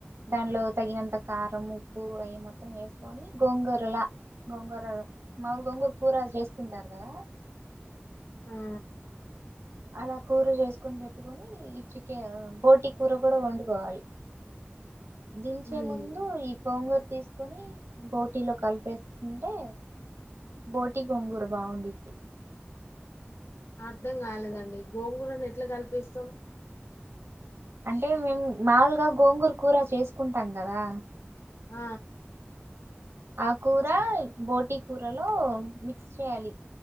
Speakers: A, on the right (about 70°); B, on the left (about 80°).
A: దానిలో తగినంత కారం ఉప్పు అవి మొత్తం వేసుకొని గోంగూరలా గోంగూరల మాములు గొంగూర కూర చేసుకుంటారు కదా
B: ఆ
A: అలా కూర చేసుకొని పెట్టుకని ఈ చికె బోటి కూర కూడా వండుకోవాలి దించే
B: ఉమ్
A: ముందు ఈ గోంగూర తీస కొని బోటీలో కలిపేసుకుంటే బోటి గంగూర బాగుండ్డిది
B: అర్ధం కాలేదండి గోంగూరను ఎట్లా కల్పిస్తాం
A: అంటే మేము మాముూలుగా గోంగూర కూర చేసుకుంటాం కదా
B: ఆ
A: ఆ కూర బోటి కూరలో మిక్స్ చేయాలి